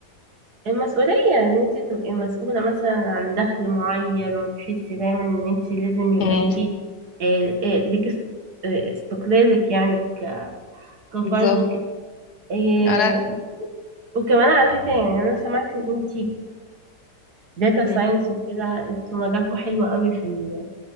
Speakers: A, on the right (about 85°); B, on the left (about 80°).
A: المسؤولية ان انت تبقي مسؤولة مثلا عن دخل معين وتحسي دايما ان انت لازم يبقى
B: مم.
A: ليكي آه، آه، ليكي است- آه، استقلالك يعني ك- كفرد
B: بالظبط
A: وكده آه،
B: انا
A: وكمان على فكرة يعني انا سمعت ان انت كداتا ساينس
B: مم.
A: وكده انتوا مجالكوا حلو قوي في ال-